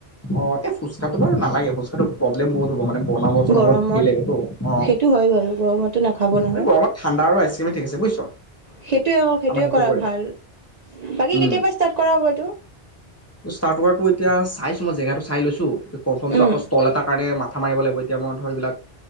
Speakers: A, on the left (about 15°); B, on the right (about 50°).
A: অহ, এই ফুচকাটো বাৰু নালাগে। ফুচকাটো প্ৰ'ব্লেম বহুত হ'ব মানে বনাব চনাব
B: গৰমত
A: ধেৰ লাগিবতো অ
B: সেইটো হয় বাৰু গৰমটো নাখাব নহয়
A: মানে গৰমত ঠাণ্ডা আৰু আইচক্ৰীমে ঠিক আছে বুজিছ
B: সেইটোৱে সেইটোৱে
A: আমাৰ
B: কৰা
A: কৰিম
B: ভাল বাকী
A: উম
B: কেতিয়াবা ষ্টাৰ্ট কৰা হ'ব এইটো-
A: ষ্টাৰ্ট <unintelligible> এতিয়া চাইছো মই জেগাটো চাই লৈছো <unintelligible> টো
B: উম
A: আকৌ ষ্ট'ল এটাৰ কাৰণে মা থা মাৰিব লাগিব এতিয়া মই ধৰ এইবিলাক